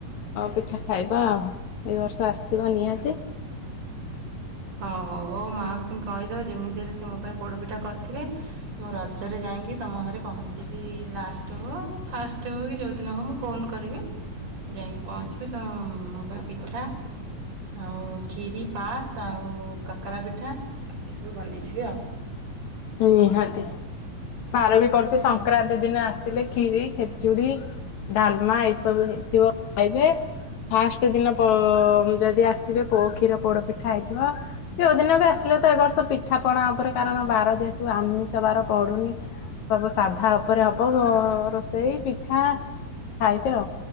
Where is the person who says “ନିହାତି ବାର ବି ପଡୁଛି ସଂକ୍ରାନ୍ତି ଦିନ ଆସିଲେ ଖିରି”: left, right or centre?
Left